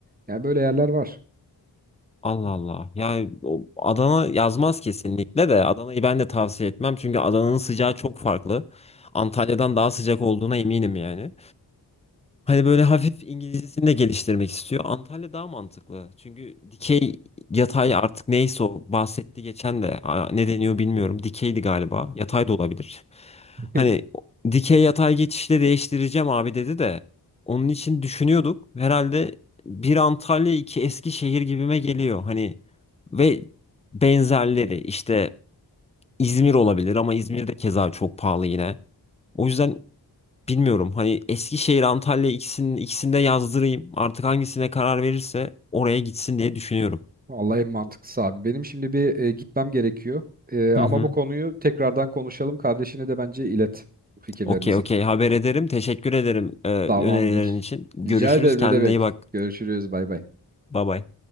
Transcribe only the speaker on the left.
Allah Allah. Yani o Adana yazmaz kesinlikle de Adana'yı ben de tavsiye etmem çünkü Adana'nın sıcağı çok farklı. Antalya'dan daha sıcak olduğuna eminim yani. Hani böyle hafif İngilizcesini de geliştirmek istiyor. Antalya daha mantıklı. Çünkü dikey yatay artık neyse o bahsetti geçen de Aa, ne deniyor bilmiyorum. Dikeydi galiba. Yatay da olabilir.
Hani o- dikey yatay geçişle değiştireceğim abi dedi de onun için düşünüyorduk. Herhalde bir Antalya iki Eskişehir gibime geliyor. Hani ve benzerleri işte İzmir olabilir ama İzmir de keza çok pahalı yine. O yüzden Bilmiyorum hani Eskişehir, Antalya ikisinin ikisinde yazdırayım. Artık hangisine karar verirse oraya gitsin diye düşünüyorum.
Hı hı.
Okey okey haber ederim. Teşekkür ederim e, önerilerin
için. Görüşürüz.
Kendine
iyi bak.
Bay bay.